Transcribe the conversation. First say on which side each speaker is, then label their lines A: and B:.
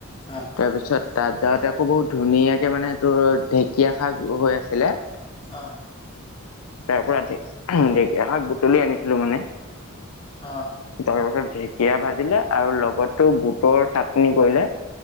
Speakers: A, on the left; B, on the left.
A: অ'।
B: তাৰপিছত তাত যাওঁতে আকৌ বহুত ধুনীয়াকৈ মানে সেইটো ঢেঁকীয়া শাক হৈ আছিলে
A: অ'।
B: তাৰ পৰাৰা ঢেঁকীয়া শাক বুটলি আনিছিলোঁ মানে।
A: অ'।
B: তাৰ পাছত ঢেঁকীয়া ভাজিলে আৰু লগতো বুটৰ চাটনি কৰিলে।